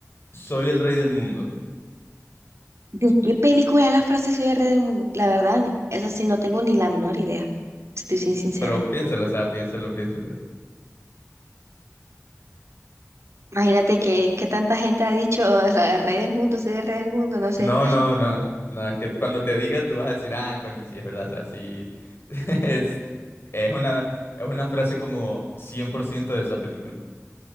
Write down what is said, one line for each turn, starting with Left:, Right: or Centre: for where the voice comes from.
Left: Soy el rey del mundo.
Right: ¿De qué película es la frase Soy el rey del mundo? La verdad, eso sí, no tengo ni la menor idea. Estoy sin sincera.
Left: Pero piénsalo, o sea, piénsalo, piénsalo.
Right: Imagínate que, que tanta gente ha dicho, o sea, el rey del mundo, soy el rey del mundo, no sé.
Left: No, no, no. No, es que cuando te diga tú vas a decir, ah, coño, sí, es verdad. O sea, sí. <laughs> Es, es una, es una frase como 100% de esa película,